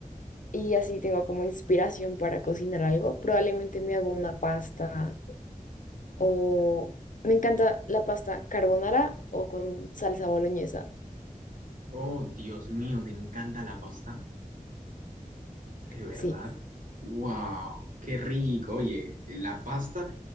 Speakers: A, on the left (about 65°); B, on the right (about 70°).
A: y así tengo como inspiración para cocinar algo. Probablemente me hago una pasta o me encanta la pasta carbonara o con salsa boloñesa.
B: Oh, Dios mío, ¿te encanta la pasta? ¿De verdad?
A: Sí.
B: Sí. ¡Wow! ¡Qué rico! Oye, la pasta.